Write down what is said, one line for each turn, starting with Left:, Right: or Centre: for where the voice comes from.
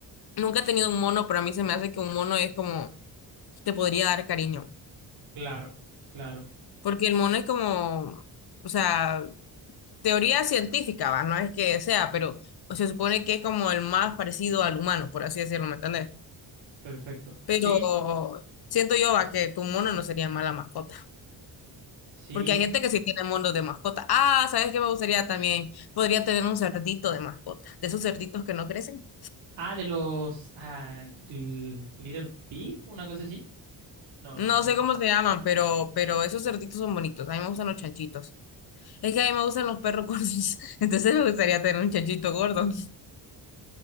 Left: nunca he tenido un mono, pero a mí se me hace que un mono es como, te podría dar cariño.
Right: claro, claro,
Left: Porque el mono es como, o sea, teoría científica, ¿va? No es que sea, pero o se supone que es como el más parecido al humano, por así decirlo, ¿me entendés?
Right: perfecto.
Left: Pero
Right: Sí, sí.
Left: siento yo a que tu mono no sería mala mascota.
Right: Sí.
Left: Porque hay gente que sí tiene monos de mascota. Ah, ¿sabes qué me gustaría también? Podría tener un cerdito de mascota. De esos cerditos que no crecen.
Right: Ah, de los ah, l- Little Pig, una cosa así. No,
Left: No
Right: no. eh.
Left: sé cómo se llaman, pero, pero esos cerditos son bonitos. A mí me gustan los chanchitos. Es que a mí me gustan los perros gordos. <laughs> Entonces me gustaría tener un chanchito gordo.